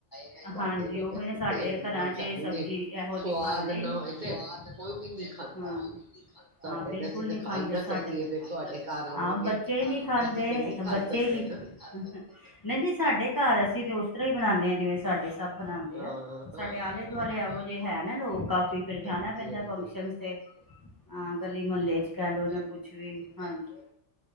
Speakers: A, on the left; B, on the right.
A: <unintelligible>
B: ਸਾਡੇ ਲੋਕਾਂ ਚ ਕਿੱਥੇ ਸਾਨੂੰ ਵੀ ਸਵਾਦ ਨਾ ਹੋਏ ਤੇ ਕੋਈ ਵੀ ਨਹੀਂ ਖਾਂਦਾ। ਸਾਡੇ ਤਾਂ ਅਸੀਂ ਤਾਂ ਖਾ ਹੀ ਨਾ ਸਕੀਏ ਫੇਰ ਤੁਹਾਡੇ ਘਰ ਆਵਾਂਗੇ। ਅਸੀਂ ਤਾਂ ਨਹੀਂ ਖਾ ਸਕਦੇ ਨਾ
A: <unintelligible> ਸਾਡੇ ਚ। ਸਭ ਬਣਾਉਂਦੇ
B: ਹਾਂ
A: ਆ
B: ਹਾਂ।
A: ਸਾਡੇ ਆਲੇ ਦੁਆਲੇ ਇਹੋ ਜਿਹੇ ਜੇ ਹੈ ਨਾ ਲੋਕ ਫਿਰ ਜਾਣਾ
B: ਹਾਂਜੀ
A: ਪੈਂਦਾ
B: ਹਾਂਜੀ
A: ਫੰਕਸ਼ਨ ਤੇ ਹਾਂ ਗਲੀ ਮੁਹੱਲੇ ਚ ਕਹਿ ਲਓ ਜਾਂ ਕੁਛ ਵੀ ਹਾਂਜੀ